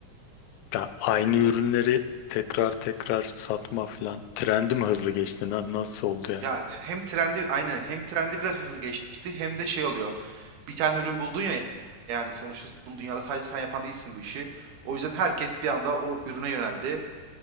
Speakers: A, on the left; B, on the right.
A: Ya aynı ürünleri tekrar tekrar satma filan. Trendi mi hızlı geçti? lan? Nasıl oldu yani?
B: Ya hem trendi aynı hem trendi biraz hızlı geçti hem de şey oluyor. Bir tane ürün buldun ya yani sonuçta bunu dünyada sadece sen yapan değilsin bu işi. O yüzden herkes bir anda o ürüne yöneldi.